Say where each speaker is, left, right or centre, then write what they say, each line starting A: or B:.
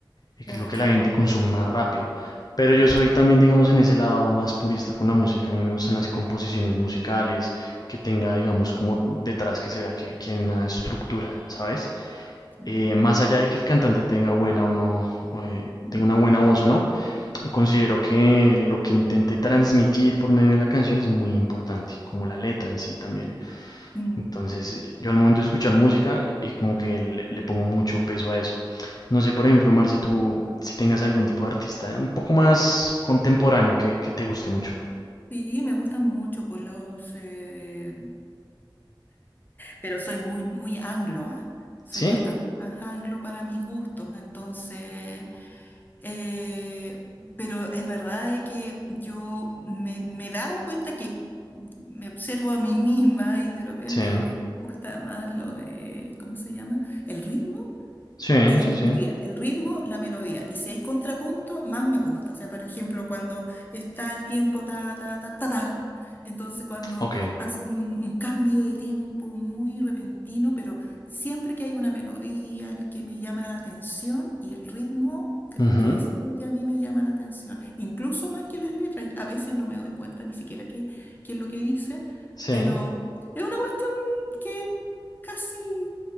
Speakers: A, on the left (about 50°); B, on the left (about 25°).
A: y que
B: claro,
A: es lo que la gente consume más rápido. Pero yo
B: claro,
A: soy también, digamos, en ese lado más purista con la música. A mí me gustan las composiciones musicales, que tenga, digamos, como detrás que se vea que, que hay una estructura, ¿sabes?
B: claro,
A: Eh, más allá de que el cantante tenga buena o no, o, eh,
B: mm,
A: tenga una buena voz o no, considero
B: claro.
A: que lo que intente transmitir por medio de la canción es muy importante, como la letra en sí también.
B: Mm.
A: Entonces, yo al momento de escuchar música, eh, como que le, le pongo mucho peso a eso. No sé, por ejemplo, Marce, tú, si tengas algún tipo de artista eh, un poco más contemporáneo que, que te guste mucho.
B: Sí, me gustan mucho pues los eh, Pero soy muy, muy anglo, ¿ah? Soy
A: ¿Sí?
B: bastante más anglo para mis gustos, entonces, eh, pero es verdad de que yo me, me he dado cuenta que me observo a mí misma y de repente
A: Sí,
B: como que me gusta más lo de, ¿cómo se llama? El ritmo.
A: sí,
B: Y la
A: sí,
B: melodía,
A: sí.
B: el ritmo, la melodía. Y si hay contrapunto, más me gusta. O sea, por ejemplo, cuando está el tiempo ta, ta, ta, ta, ta. Entonces, cuando
A: Ok.
B: hacen un, un cambio de tiempo muy repentino, pero siempre que hay una melodía el que me llama la atención y el ritmo, creo
A: Ujú,
B: que es lo que a mí me llama la atención. Incluso más que las letras. A veces no me doy cuenta ni siquiera qué, qué es lo que dicen,
A: Sí.
B: pero es una cuestión que casi